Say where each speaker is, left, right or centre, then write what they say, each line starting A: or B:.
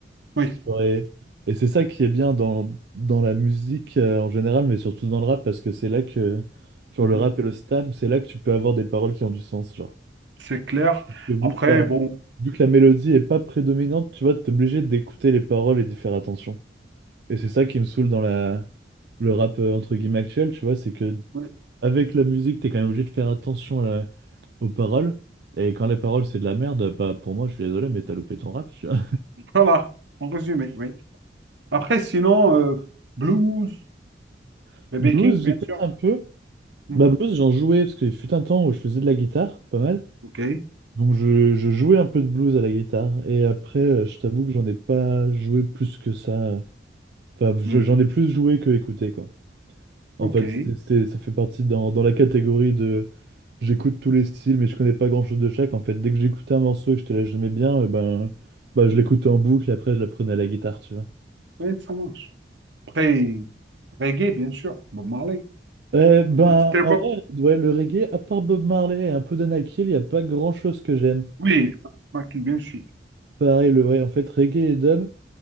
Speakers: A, on the right (about 75°); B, on the right (about 60°).
A: Oui.
B: Genre, Et, et c'est ça qui est bien dans, dans la musique euh, en général, mais surtout dans le rap, parce que c'est là que, genre
A: Mhm.
B: le rap et le slam, c'est là que tu peux avoir des paroles qui ont du sens, genre.
A: c'est clair.
B: Et vu
A: Après,
B: que la,
A: bon,
B: vu que la mélodie est pas prédominante, tu vois, t'es obligé d'écouter les paroles et d'y faire attention. Et c'est ça qui me saoule dans la... le rap euh, entre guillemets actuel, tu vois, c'est que
A: oui,
B: avec la musique, t'es quand même obligé de faire attention à la- aux paroles. Et quand les paroles, c'est de la merde, bah, pour moi, je suis désolé, mais t'as loupé ton rap. tu vois.
A: voilà, en résumé, oui. Après, sinon, euh, blues,
B: <laughs>
A: BB
B: Blues,
A: King, bien
B: j'écoute
A: sûr.
B: un peu.
A: Mhm.
B: Bah, blues, j'en jouais parce qu'il fut un temps où je faisais de la guitare, pas mal.
A: OK.
B: Donc, je, je jouais un peu de blues à la guitare. Et après, euh, je t'avoue que j'en ai pas joué plus que ça. Enfin, je-
A: Mhm.
B: j'en ai plus joué que écouté, quoi. En
A: OK.
B: fait, c'était- c'était- ça fait partie dans, dans la catégorie de j'écoute tous les styles, mais je connais pas grand-chose de chaque. En fait, dès que j'écoutais un morceau et que je te la j'aimais bien, eh ben, bah, je l'écoutais en boucle, après je la prenais à la guitare, tu vois.
A: Oui, ça marche. Après, reggae, bien sûr. Bob Marley.
B: Eh ben,
A: C'était
B: en
A: Bob.
B: vrai, ouais, le reggae, à part Bob Marley et un peu d'Anakil, il n'y a pas grand-chose que j'aime.
A: Oui, Michael, bien sûr.
B: Pareil, le ouais, en fait, reggae et dub.